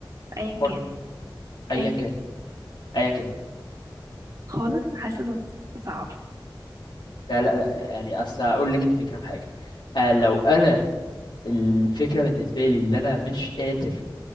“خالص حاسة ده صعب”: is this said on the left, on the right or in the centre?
Right